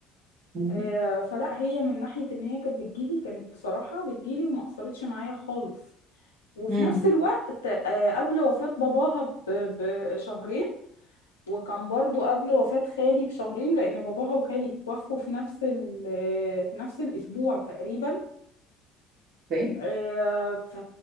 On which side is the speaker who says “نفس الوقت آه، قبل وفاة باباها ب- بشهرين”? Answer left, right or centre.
Left